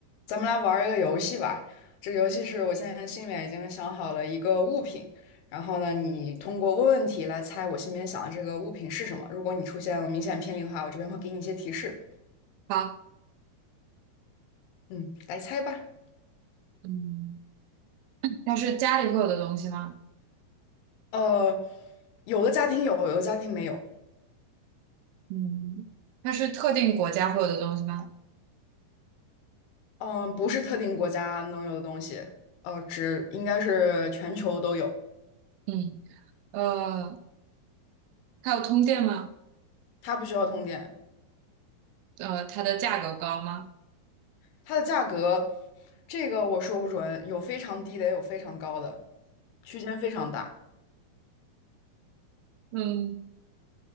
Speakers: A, on the left; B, on the right.
A: 咱们来玩儿一个游戏吧。这个游戏是我现在心里面已经想好了一个物品，然后呢，你通过问问题来猜我心里面想的这个物品是什么。如果你出现了明显偏离的话，我这边会给你一些提示。
B: 好，
A: 嗯，来猜吧。
B: 嗯它是家里会有的东西吗？
A: 呃，有的家庭有，有的家庭没有。
B: 嗯，它是特定国家会有的东西吗？
A: 嗯、不是特定国家能有的东西，呃，只应该是全球都有。
B: 嗯呃，它有通电吗？
A: 它不需要通电，
B: 呃，它的价格高吗？
A: 它的价格，这个我说不准，有非常低的，也有非常高的，区间非常大。
B: 嗯，